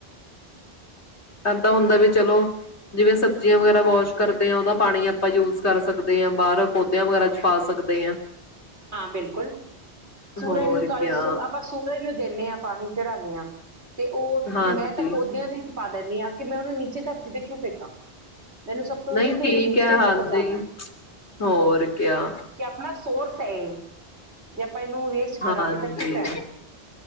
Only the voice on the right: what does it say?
ਹਾਂ ਬਿਲਕੁਲ ਸੂਰਜ
ਨੂੰ ਕੱਲ
ਸੁਬਾ ਆਪਾਂ ਸੂਰਜ ਨੂੰ ਦਿਨੇ ਆ ਪਾਣੀ ਚੜਾਂਨੇ ਹਾਂ। ਤੇ ਉਹ,
ਮੈਂ ਤਾਂ ਪੌਦਿਆਂ ਦੇ ਵਿੱਚ ਪਾ ਦੇਨੀ ਹਾਂ। ਤੇ ਮੈਂ ਉਹਨੂੰ ਨੀਚੇ ਧਰਤੀ ਤੇ ਕਿਉਂ ਫੇਕਾਂ। ਮੈਨੂੰ ਸਭ ਤੋਂ ਹੁੰਦੀ
ਕਿ
ਉਹਦੀ ਵੇਸਟੇਜ
ਤੋਂ ਬਚਾਉਣੇ,
ਕਿ ਆਪਣਾ ਸੋਰਸ ਹੇ <unintelligible> ਯਪ। ਆਪਾਂ ਇਹਨੂੰ ਵੇਸਟ
ਕਰਾਂਗੇ ਤਾਂ ਕੀ ਫਾਇਦਾ,